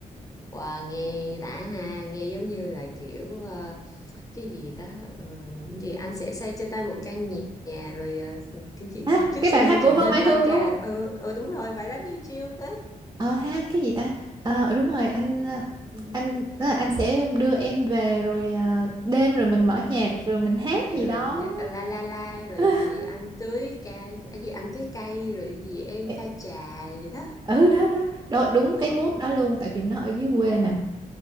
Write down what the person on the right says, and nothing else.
À,
cái
bài hát
của Vân
Mai
Hương
đúng không?
Ờ ha, cái gì ta? Ờ đúng rồi, anh ờ,
anh đó là anh sẽ đưa em về rồi ờ, đêm rồi mình mở nhạc rồi mình hát
gì đó.
<laughs>
Ê,
Ừ đó đó, Đôi, đúng
cái mood đó luôn tại vì nó ở dưới quê mà.